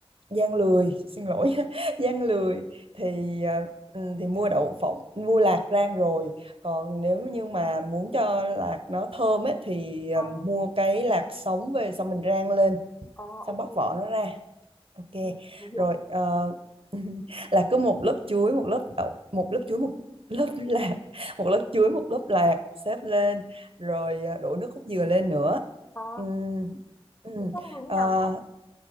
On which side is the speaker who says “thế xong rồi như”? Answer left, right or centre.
Left